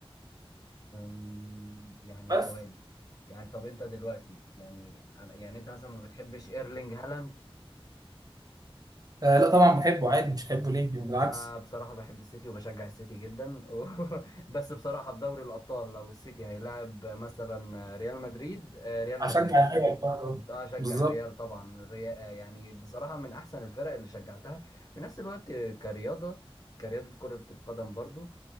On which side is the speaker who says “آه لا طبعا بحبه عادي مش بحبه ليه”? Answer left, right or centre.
Right